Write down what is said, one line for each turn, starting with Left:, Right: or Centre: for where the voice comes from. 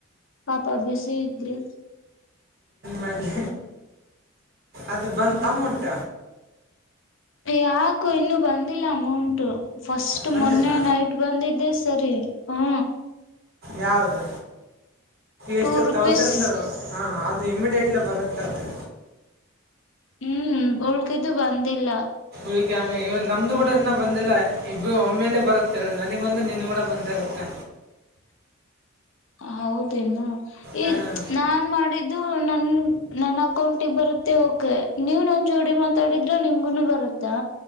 Left: ಪಾಪ ಬುಿಸಿಿ ಇದ್ರಿ
Right: ಬಲೆ ಅದ ಬಂದ ತಮ್ಮಂಟ
Left: ಯಾಕು ಇನ್ನುೂ ಬಂದಿಲ್ಲ ಅಮೌಂಟ್ ಫಸ್ಟ್
Right: ಬಂದಿಲ್ಲ
Left: ಮೊನ್ನೆ ನೈಟ್ ಬಂದಿದ್ದೆ ಸರಿ ಹಾ
Right: ಯಾದು ಎಷ್ಟು
Left: ಟೂ ರುಪೀಸ್
Right: ತೌಸ್ ಹ ಅದು ಇಮ್ಮಿಡಿಯೇಟ್ಲಿ ಬರುತ್ತದೆ
Left: ಹ್ಮ್ ಉಳ್ಗಿದ್ದು ಬಂದಿಲ್ಲ
Right: ಇಂಗ ಇ ನಮ್ದು ಕೂಡ ಇನ್ನ ಬಂದಿಲ್ಲ ಇಬ್ಬ ಒಮ್ಮೇಲೆ ಬರುತ್ತೆ ನನಗ್ ಬಂದು ನಿನ್ ಕೂಡ ಬಂದಿರುತ್ತೆ
Left: ಹ ಹೌದೇನು
Right: ಹಾಂ
Left: ಈಗ್ ನಾನ್ ಮಾಡಿದ್ದು ನನ್ ನನ್ ಅಕೌಂಟ್ ಇಬ್ಬರು ತ್ತೆ ಓಕೆ ನೀವ್ ನನ್ ಜೋಡಿ ಮಾತಾಡಿದ್ರ ನಿಮ್ಗುನು ಬರುತ್ತಾ